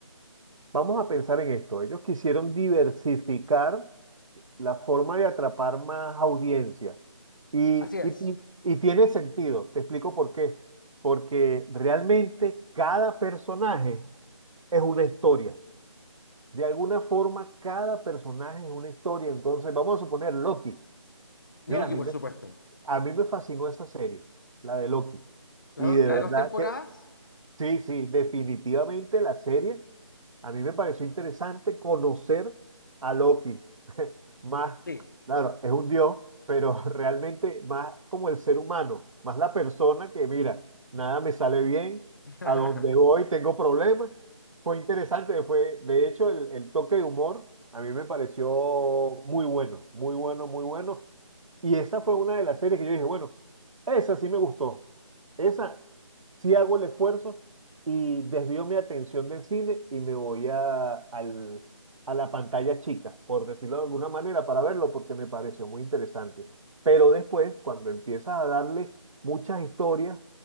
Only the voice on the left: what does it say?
Así es.
Loki,
por
supuesto.
¿La
do-
¿Las
dos temporadas?
Sí.
<laughs>